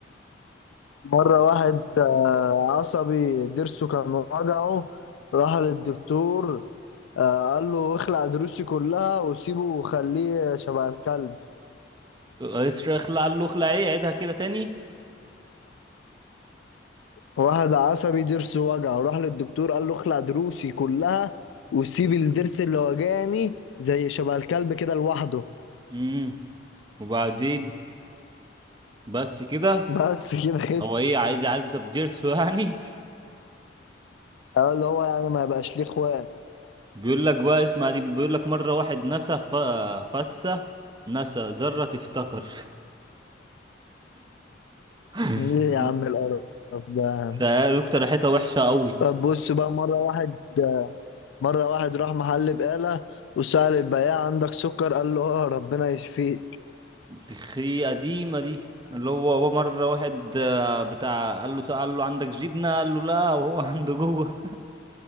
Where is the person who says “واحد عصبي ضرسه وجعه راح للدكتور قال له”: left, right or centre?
Left